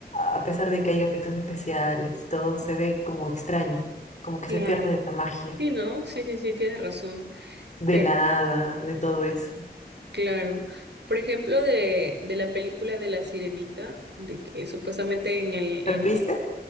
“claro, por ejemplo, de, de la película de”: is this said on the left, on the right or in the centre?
Right